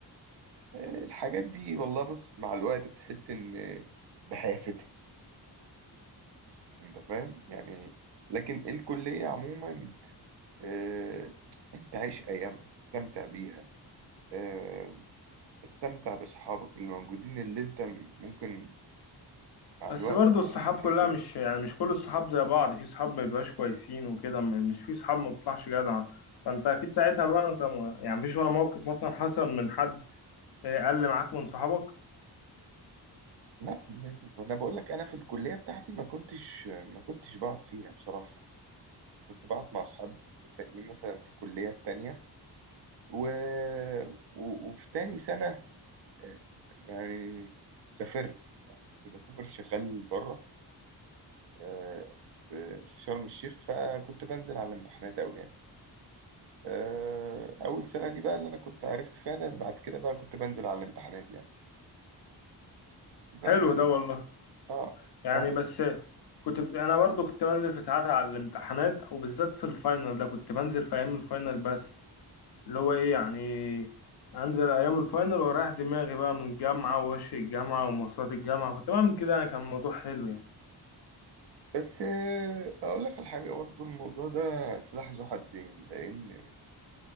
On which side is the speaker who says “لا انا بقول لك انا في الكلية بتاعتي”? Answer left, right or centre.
Right